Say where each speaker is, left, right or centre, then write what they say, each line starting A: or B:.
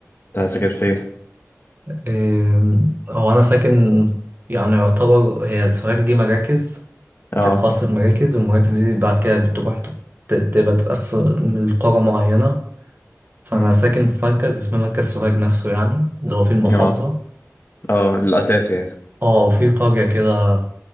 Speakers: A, on the left; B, on the right.
A: انت ساكن فين؟
B: أم، هو أنا ساكن يعني يعتبر هي سوهاج دي مراكز بتتخصص
A: اه
B: المراكز والمراكز دي بعد كده بتروح تت- تبقى تتقسم لقرى معينة فأنا
A: مم.
B: ساكن في مركز اسمه مركز سوهاج نفسه يعني اللي هو في المحافظة
A: اه اه الأساسي يعني
B: اه وفي قرية كده